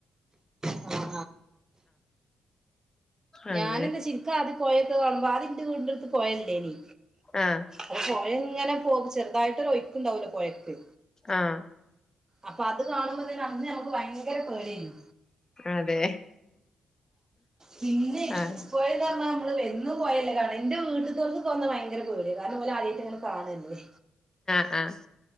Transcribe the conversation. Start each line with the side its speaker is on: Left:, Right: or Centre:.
Right: ആ
Left: അങ്ങനെ
Right: ഞാനന്താ ചിരിക്ക ആദ്യ പോഴക്ക കാണുമ്പോ ആദ്യ ണ്ടെടുത്ത് പോകേണ്ടേയനി
Left: ആഹ്
Right: പുഴ ഇങ്ങനെ പോകും ചെറുതായിട്ട് ഒയ്ക്കുണ്ടാവില്ലേ പുഴക്ക്
Left: ആഹ് ആഹ്
Right: അപ്പൊ നമക്ക് ഭയങ്കര പേടിആയിന്
Left: അതെ
Right: പിന്നെ
Left: ആഹ്
Right: ഇപ്പന്ന് പറഞ്ഞ നമ്മള് വന്ന് പോയല്ലേ കാണ എന്റെ വീട്ട്തോർക്ക് പോന്ന ഭയങ്കര <unintelligible> അതുപോലെ ആദ്യമായിട്ട് ഇങ്ങനെ കാണല്ലേ
Left: ആഹ് ആ